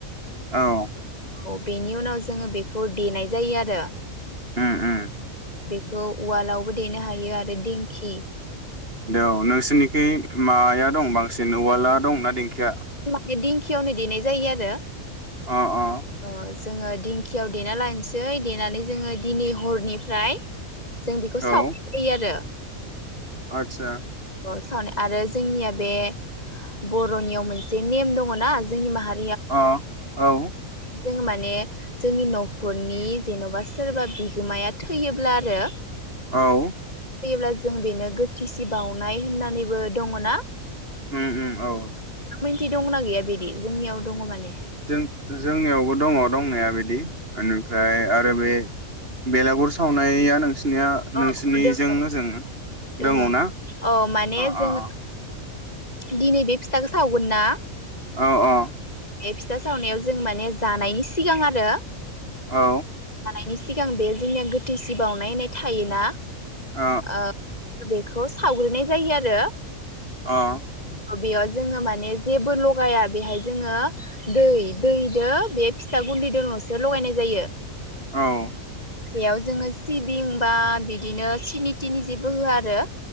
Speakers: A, on the right (about 40°); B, on the left (about 30°).
A: औ
B: औ बेनि उनाव जोङो बेखौ देनाय जायो आरो
A: उम उम
B: बेखौ उवालावबो देनो हायो आरो दिंखि
A: दे औ नोंसोरनिखै माया दं बांसिन न औवाला दंना देंखिया
B: बे दिंखियावनो देनाय जायो आरो
A: अ अ
B: ओ जोङो दिंखियाव देना लानोसै देनानै जोङो दिनै हरनिफ्राय जों बेखौ
A: औ
B: सावखायो आरो
A: आतसा
B: औ सावनाय आरो जोंनिया बे बरनियाव मोनसे नेम दङना जोंनि माहा
A: अ औ
B: जोङो माने जोंनि नखरनि जेनबा सोरबा बिगोमाया थैयोब्ला आरो
A: औ
B: फैयोब्ला जों बेनो गोथिसि बावनाय होननानैबो दङ ना?
A: उम उम औ
B: मोनथि दंना गैया बिदि जोंनियाव दङ माने
A: जों जोंनियावबो दङ दंनाया बिदि निफ्राय आरो बे बेलागुर सावनाया नोंसि नोंसिनिया
B: अ
A: नोंसिनिजों
B: अ दोङो
A: जों
B: दोङो
A: दङ ना
B: औ माने
A: अ
B: जोङो
A: अ अ
B: दिनै बे फिथाखौ सावगोन ना
A: औ औ
B: बे फिथा सावनायाव जों माने जानायनि सिगां आरो
A: औ
B: नि सिगां बे जोंनिया गोथै सि बावनायनाय थायोना
A: अ
B: आ बेखौ सावग्रोनाय जायो आरो
A: अ
B: बेयाव जोङो माने जेबो लगाया बेहाय जोङो दै दैजों बे फिथा गुन्दैजोंसो लगायनाय जायो
A: औ
B: बेयाव जोङो सिबिं बा बिदिनो सिनि तिनि जेबो होआ आरो